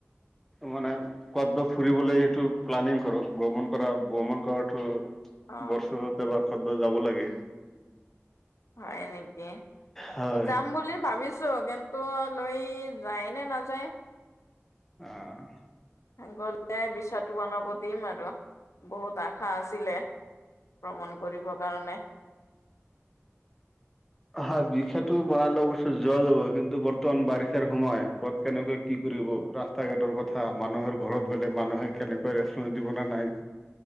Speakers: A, in the centre; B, on the left.
A: মানে কত বা ফুৰিবলে সেইটো প্লানিং কৰক ভ্ৰমণ কৰা ভ্ৰমণ কৰাটো
B: অ
A: বৰ্ষতে এবাৰ কদবা যাব লাগে
B: হয় নেকি
A: হয়
B: যাম যাম বুলি ভাবিছোঁ কিন্তু লৈ যায় নে নাযায়
A: অ
B: গলে ভিচাটো বনাব দিম আৰু বহুত আশা আছিলে ভ্ৰমণ কৰিবৰ কাৰণে
A: হা ভিষাটো বনালে অৱশ্যে যোৱা যাব কিন্তু বৰ্তমান বাৰিষাৰ সময় ক'ত কেনেকে কি কৰিব ৰা ৰাষ্টা ঘাটৰ কথা মানুহৰ ঘৰত গ'লে মানুহে কেনেকুৱা ৰেষ্টুৰেণ্ট দিব নে নাই?